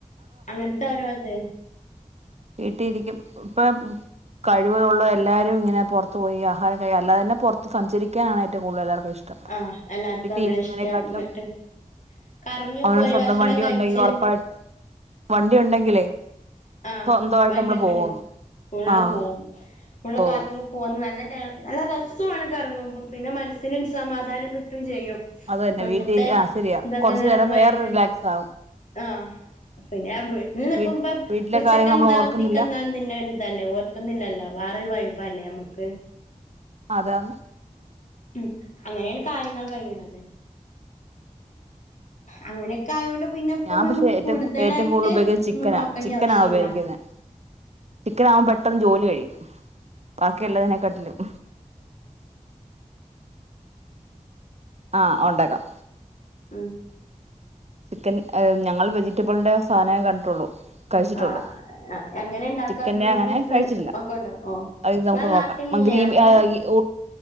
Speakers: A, on the left (about 60°); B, on the right (about 50°).
A: അങ്ങനത്തെ ഓരോത്
B: വീട്ടിരിക്കും ഇപ്പൊ കഴിവുള്ള എല്ലാരും ഇങ്ങനെ പുറത്തു പോയി ആഹാരം അല്ലതന്നെ പുറത്ത് സഞ്ചരിക്കാനാണ് ഏറ്റവും കൂടുതൽ ഇഷ്ടം
A: ആഹ എല്ലാർക്കും
B: വീട്ടിൽ
A: അങ്ങനെ
B: ഇരിക്കുന്നതിനെക്കാട്ടിലും
A: ഇഷ്ടം ഇങ്ങിട്ട് കറങ്ങി
B: അവന്
A: പോയി
B: സ്വന്തം
A: ഭക്ഷണം
B: വണ്ടി
A: കഴിച്
B: ഉണ്ടെങ്കിൽ ഉറപ്പായിട്ട് വണ്ടി ഉണ്ടെങ്കിലേ
A: ആ
B: സ്വന്തമായിട്ട്
A: വണ്ടിയക്കെണ്ട്
B: നമ്മള് പോവണം
A: ഉള്
B: ആഹ്
A: പോവും
B: പോവും
A: കറങ്ങി പൊന്ന് ന നല്ല രസമാണ് കറങ്ങുമ്പം പിന്നെ മനസ്സിന് സമാധാനം കിട്ടുകയും ചെയ്യും
B: അത് തന്നെ
A: വീട്ടത്തെ
B: വീട്ടിൽ ആഹ് ശരിയാ
A: എന്തൊക്കെങ്ങനെ
B: കുറച്ചു നേരം
A: പോയണ്ട്
B: വേറെ റിലാക്സ് ആകും
A: ആഹ പിന്നെ അ <unintelligible> ഇ നക്കുമ്പ
B: വീ വീട്ടിലെ
A: ഉച്ചക്ക്
B: കാര്യങ്ങൾ
A: എന്താതിക്ക
B: നമ്മൾ ഓർക്കുന്നില്ല
A: എന്താന്നല്ല ഇതല്ലേ ഓർക്കുന്നില്ലല്ലോ വേറെൊരു - ഇല്ലേ നമുക്ക്
B: അതാ
A: ഉം അങ്ങനെയാണ് കാര്യങ്ങൾ കഴിയണത് അങ്ങനെയൊക്കെ ആയൊണ്ട് പിന്നെപ്പ
B: ഞാൻ
A: നമുക്ക്
B: പക്ഷെ ഏറ്റവും
A: കൂടുതലായിട്ട്
B: ഏറ്റവും കൂടുതൽ ഉപയോഗിക്കുന്നത്
A: ഒന്നും
B: ചിക്കനാ
A: നോക്കേണ്ടി
B: ചിക്കനാണ്
A: ആവശ്യല്ല
B: ഉപയോഗിക്കുന്നത് <unintelligible> പെട്ടെന്ന് ജോലി കഴി ബാക്കിയുള്ളതിനെക്കട്ടിലും ആഹ് ഉണ്ടകാം
A: ഉം
B: ടീക്കൻ ഞങ്ങൾ വെജിറ്റബിളിന്റെ സാധനേ കണ്ടിട്ടുള്ളൂ കഴിച്ചിട്ടുള്ളൂ
A: ആഹ് എങ്ങനെ ണ്ടാക്ക
B: ചിക്കന്റെ
A: ഗ്രീൻ
B: അങ്ങനെ
A: പീസ്
B: കഴിച്ചിട്ടില്ല
A: ഒക്കെ ഉണ്ടോ ഓ
B: അത് നമുക്ക്
A: ഇങ്ങളെ
B: നോക്കാം
A: നാട്ടിലില്ലേ
B: <unintelligible>
A: അങ്ങനെ